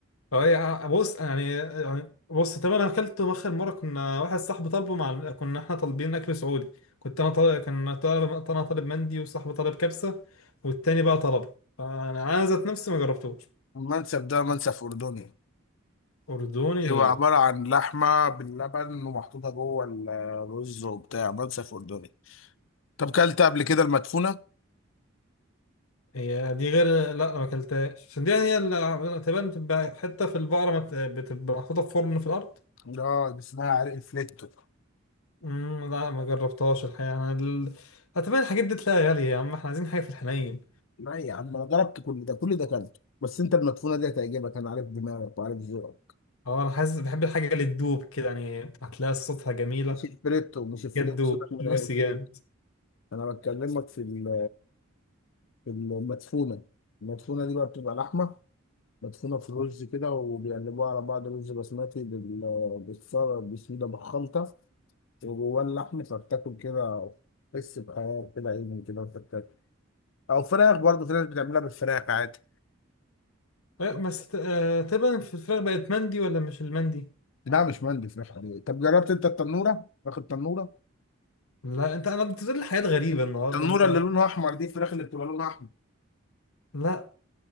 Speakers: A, on the left (about 85°); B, on the left (about 65°).
A: أه يا عم، بص يعني يعني بص طب أنا أكلته آخر مرة كنا واحد صاحبي طالبه مع كنا احنا طالبين أكل سعودي كنت أنا طالب كان طالب أنا طالب مندي وصاحبي طالب كبسة والتاني بقى طلبه فأنا أنا ذات نفسي ما جربتوش
B: المنسف ده منسف أردني
A: أردني
B: بيبقى عبارة عن لحمة باللبن ومحطوطة جوه الرز وبتاع منسف أردني طب كلت قبل كده المدفونة؟
A: هي دي غير لا أنا ما أكلتهاش عشان دي يعني هي اللي تبان بتبقى حتة في البقرة مت- بتبقى محطوطة في فرن في الأرض
B: لا دي اسمها عرق فليكتو
A: مم، لا ما جربتهاش الحقيقة أنا ال... هتبان الحاجات دي تلاقيها غالية يا عم احنا عايزين حاجة في الحنين
B: لا يا عم أنا جربت كل ده كل ده كلته بس أنت المدفونة دي هتعجبك أنا عارف دماغك وعارف ذوقك
A: أه أنا حاسس بحب الحاجة اللي تدوب كده يعني هتلاقي صوتها جميلة
B: مش
A: طب
B: الفليتو مش الفليتو
A: جد
B: سيبك من
A: جوسي
B: عرق الفليتو
A: جامد
B: أنا بكلمك في ال- في المدفونة المدفونة دي بقى بتبقى لحمة مدفونة في رز كده وبيقلبوها على بعض رز بسمتي بال- بالصلصة بسم الله بالخلطة وجواه اللحم فبتاكل كده تحس بحياة كده عيني كده وأنت بتاكل أو فراخ برضه في ناس بتعملها بالفراخ عادي
A: لا، بس ت- آه، تبان في الفراخ بقت مندي ولا مش المندي
B: لا مش مندي فراخ عادية طب جربت أنت التنورة؟ فراخ التنورة؟
A: لا انت انا بتقول لي حاجات غريبة النهاردة
B: التنورة
A: انت
B: اللي لونها أحمر دي الفراخ اللي بتبقى لونها أحمر
A: لا